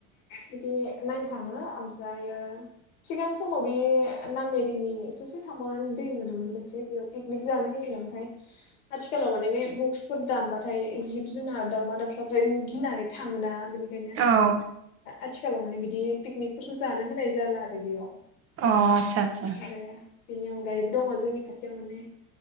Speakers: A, on the left; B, on the right.
A: बिदि नायनो थाङो ओमफ ओमफ्रायो सिगां समाव बे नामेरिनि ससे थांबावनानै दै मोनोमोन मोनसे बेयाव पिकनिक जानो होयोन ओमफ्राय आथिखालाव माने बे बक्सफोर दामबाथाय जिब जुनार दाउमा दाउसाफ्रा गिनानै थाङोना बिनिखायनो
B: औ अ
A: आथिखालाव माने बिदि पिकनिकफोरखौ जानो होनाय जाला आरो बेयाव
B: अ आतसा आतसा
A: आरो बेनि अनगायैबो दङ जोंनि खाथियाव माने